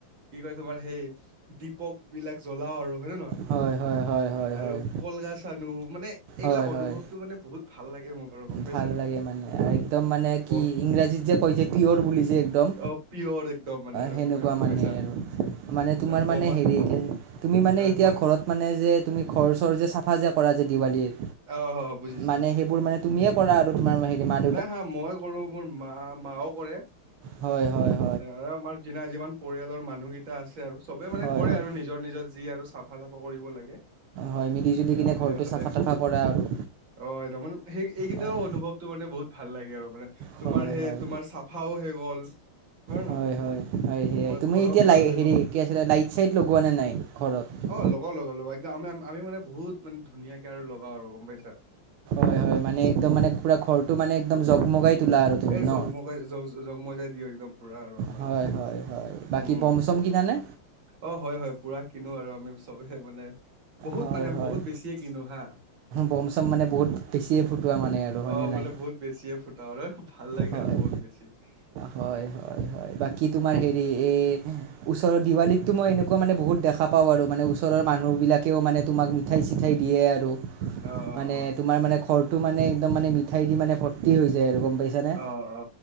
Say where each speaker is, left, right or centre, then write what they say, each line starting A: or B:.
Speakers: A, on the right (about 65°); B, on the right (about 85°).
A: কি কয় তোমাৰ সেই দীপক। বিলাক জ্বলাও আৰু হয় নে নহয়?
B: হয় হয় হয় হয়
A: আৰু
B: হয়
A: কলগাছ আনো মানে এইগিলা
B: হয়
A: অনুভৱটো
B: হয়
A: মানে বহুত ভাল লাগে মোক আৰু গম পাইছা।
B: ভাল লাগে মানে একদম মানে
A: ব-
B: কি ইংৰাজীত যে কয় যে পিয়'ৰ বুলি যে একদম
A: অ', পিয়ৰ একদম মানে আৰু
B: সেনেকুৱা
A: গম গম
B: মানে
A: পাইছা?
B: আৰু। মানে তোমাৰ
A: বমা
B: মানে হেৰি তুমি মানে
A: হা
B: এতিয়া
A: কোৱা
B: ঘৰত মানে যে তুমি ঘৰ-চৰ যে চাফা যে কৰা যে দেৱালীৰ,
A: অ', বুজিছো
B: মানে সেইবোৰ মানে তুমিয়ে কৰা আৰু তোমাৰ হেৰি ম
A: না হা মই কৰো মোৰ মা মাও কৰে।
B: হয়-হয়।
A: তাতে আৰু আমাৰ যিনা যিমান পৰিয়ালৰ মানুহকেইটা আছে আৰু চবে মানে
B: হয়
A: কৰে
B: হয়
A: আৰু। নিজ নিজৰ-নিজৰ যি আৰু চাফা চাফা কৰিব লাগে।
B: হয়, মিলি জুলি কিনে
A: অ',
B: ঘৰটো
A: সিহঁতে
B: চাফা তাফা কৰা আৰু।
A: অ, এইটো মানে সেই এইকেইটাও
B: হয়
A: অনুভৱটো মানে বহুত ভাল লাগে আৰু মানে।
B: হয়
A: তোমাৰ সেই
B: হয়
A: তোমাৰ চাফাও হৈ গ'ল। হয়নে
B: হয়
A: নহয়?
B: হয় হয়, সেইয়াই
A: তোমাৰ
B: তুমি
A: ঘৰৰ
B: এতিয়া
A: ভাল হৈ
B: হেৰি
A: গ'ল
B: কি আছিলে লাইট চাইট লগোৱা নে নাই ঘৰত?
A: অ, লগাঁও-লগাও-লগাও। তে আমি আ আমি মানে বহুত মানে ধুনীয়াকে আৰু লগাও আৰু গম পাইছা।
B: হয়-হয়, মানে একদম মানে পুৰা ঘৰটো মানে একদম জগমগাই তোলা আৰু তুমি
A: এই
B: ন
A: জগমজাই জ-জগমজাই দিও একদম। পুৰা আৰু আমাৰ
B: হয়-হয়-হয় বাকী
A: উম
B: বম-চম কিনানে?
A: অ, হয় -হয় পুৰা কিনো আৰু আমি চবে মানে। বহুত
B: হয়
A: মানে আমি
B: হয়
A: বহুত বেছিয়ে কিনো হা।
B: বম চম মানে বহুত বেছিয়ে ফুটোৱা মানে আৰু হয়নে
A: অ, বোলে
B: নাই
A: বহুত বেছিয়ে ফুটা <unintelligible> ভাল লাগে
B: হয়
A: আৰু বহুত বেছ <unintelligible>
B: হয়- হয় -হয় বাকী তোমাৰ হেৰি এ ওচৰ দিৱালিতটো মই এনেকুৱা মানে বহুত দেখা পাওঁ আৰু মানে ওচৰৰ মানুহবিলাক। কেও মানে তোমাক মিঠাই চিঠাই দিয়ে আৰু।
A: অ অ
B: মানে
A: অ
B: তোমাৰ মানে ঘৰটো মানে একদম মানে মিঠাই দি মানে ভৰ্তি হৈ যায় আৰু গম পাইছানে?
A: অ অ